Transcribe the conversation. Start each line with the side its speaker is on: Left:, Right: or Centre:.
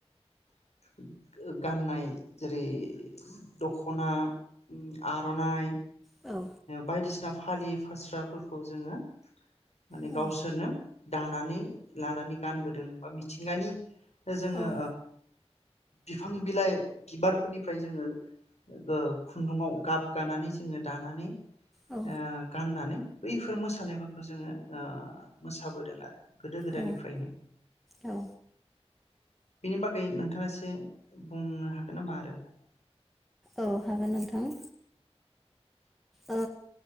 Left: <unintelligible> गाननाय जेरै <unintelligible> दख'ना आर'नाइ
Centre: औ
Left: बायदिसिना फालि फास्राफोरखौ जोङो माने
Centre: औ
Left: गावसोरनो दानानै लानानै गानबोदों बा मिथिंगानि दा जोङो
Centre: औ
Left: बिफां बिलाइ बिबारफोरनिफ्राय जोङो ओ खुन्दुङाव गाब गानानै जोङो दानानै ओ
Centre: औ
Left: गाननानै बैफोर मोसानायफोरखौ जोङो ओ मोसाबोदों आरो गोदो गोदायनिफ्रायनो
Centre: औ औ
Left: बेनि बागै नोंथाङासो बुंनो हागोन नामा आरो?
Centre: औ हागोन नोंथां ओ